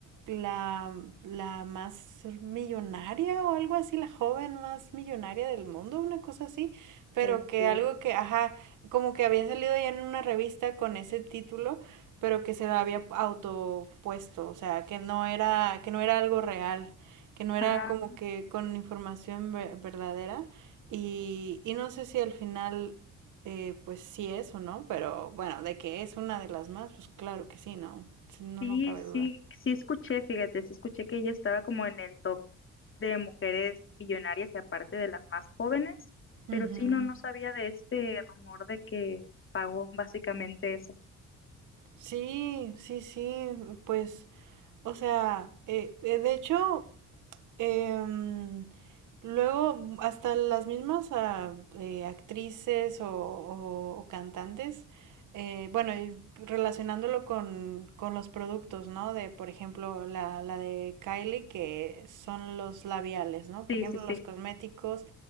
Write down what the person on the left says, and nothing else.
Ok.
Ah.
Sí,
sí,
sí escuché, fíjate, sí escuché que ella estaba como en el top de mujeres billonarias y aparte de las más jóvenes,
pero sí, no, no sabía de este rumor de que pagó básicamente eso.
Sí,
sí, sí.